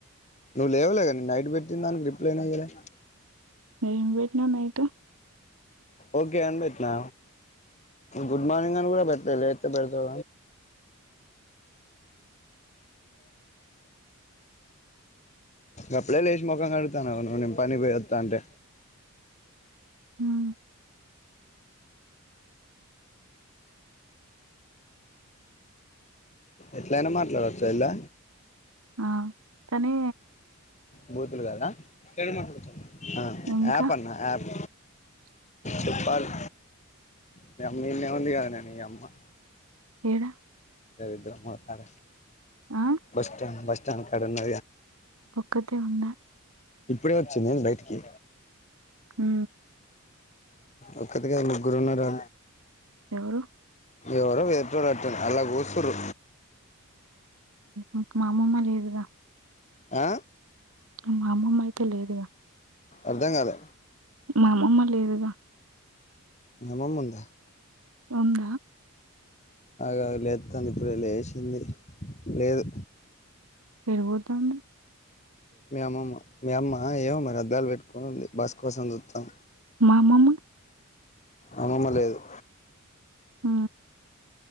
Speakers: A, on the left (about 30°); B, on the right (about 75°).
A: నువ్వు లేవలేగాని నైట్ పెట్టిన దానికి రిప్లైన్ అయ్యలే
B: న వేట్న నత
A: ఓకే అని పెట్నా గుడ్ మార్నింగ్ అని కూడా పెట్టతతే పెడతా కప్పుడే లేచి ముఖంగా కడుతానువు ను నేను పని పోయస్తా అంటే
B: ఉమ్
A: ఎట్లయినా మాట్లాడవచ్చు ఇలా
B: ఆ కానీ
A: బూతులు కాదా క మాట్లాడుతారు ఆ
B: ఇంకా
A: ఆప్ అన్నా ఆప్ చెప్పాలి మీ అమ్మ ఇన్న ఉంది కద నను అమ్మ
B: ఏడా
A: దరద్ర మార
B: ఆ
A: బస్ స్ట్యాండ్ బస్ స్టాండ్ కడన్న
B: ఒక్కతే ఉన్న
A: ఇప్పుడే వచ్చిందిను బయటికి
B: హ
A: ఒకక్కతిగా ముగ్గురు ఉన్నారు
B: ఎవరు
A: ఎవరో ఎదుోడట్టను అలా కూసురు
B: ఇంక మా అమ్మమ్మ లేదుగా
A: ఆ
B: మా అమ్మమ్మయితే లేదుగా
A: అర్ధం కాలే
B: మా అమ్మమ్మ లేదుగా
A: మీ అమ్మమ్మ ముందా
B: ఉంద
A: అగా లేాను ఇప్పుడు లేసింది లేదు
B: పెరిపోతాంది
A: మీ అమ్మమ్మ మీ అమ్మ ఏమో మరి అద్దాలు పెట్టుకొని ఉంది బస్ కోసం చూస్తాం
B: మా అమ్మమ్మ
A: అమమ్మ లేదు
B: హ